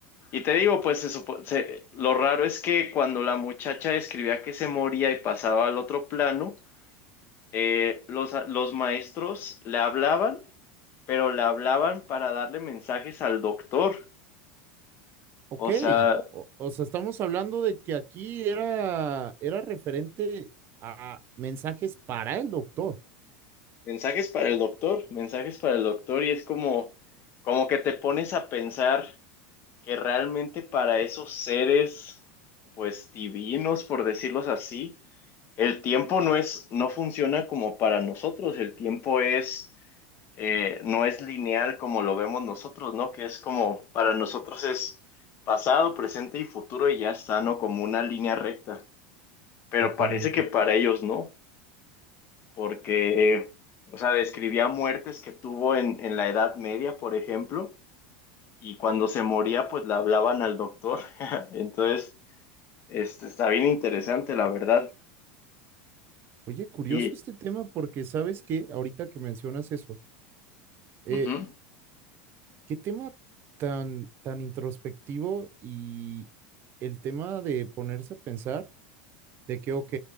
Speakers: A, on the left; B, on the right.
A: Y te digo, pues se supo- se- lo raro es que cuando la muchacha describía que se moría y pasaba al otro plano, eh, los, a- los maestros le hablaban, pero le hablaban para darle mensajes al doctor.
B: Ok,
A: O sea,
B: o, o sea, estamos hablando de que aquí era, era referente a mensajes para el doctor.
A: mensajes para el doctor, mensajes para el doctor, y es como, como que te pones a pensar que realmente para esos seres, pues divinos, por decirlos así, el tiempo no es, no funciona como para nosotros, el tiempo es eh, no es lineal como lo vemos nosotros, ¿no? Que es como, para nosotros es pasado, presente y futuro y ya está, ¿no? Como una línea recta. Pero
B: Totalmente.
A: parece que para ellos no, porque, eh, o sea, describía muertes que tuvo en, en la Edad Media, por ejemplo, y cuando se moría, pues le hablaban al doctor. <laughs> Entonces, este, está bien interesante, la verdad.
B: Oye, curioso
A: Y,
B: este tema porque sabes que ahorita que mencionas eso, eh,
A: ujú,
B: Qué tema tan, tan introspectivo y el tema de ponerse a pensar de que, ok,